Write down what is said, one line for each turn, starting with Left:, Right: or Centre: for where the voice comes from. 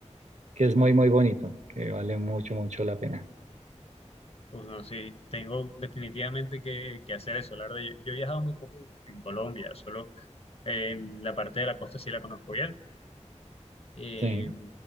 Right: que es muy, muy bonito, que vale mucho, mucho la pena.
Left: Uf, no, sí, tengo definitivamente que, que hacer eso. La verdad, yo, yo he viajado muy poco en, en Colombia, solo en la parte de la costa sí la conozco bien, eh,
Right: Sí,